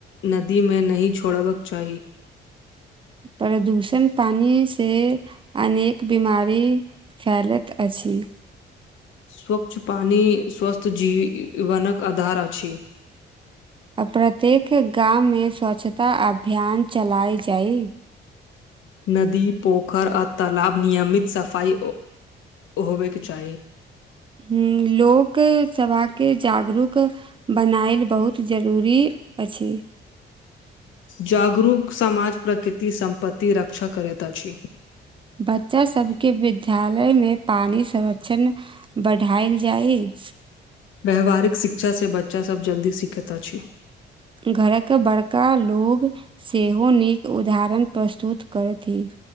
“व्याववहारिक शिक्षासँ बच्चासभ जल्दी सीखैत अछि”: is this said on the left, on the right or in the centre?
Left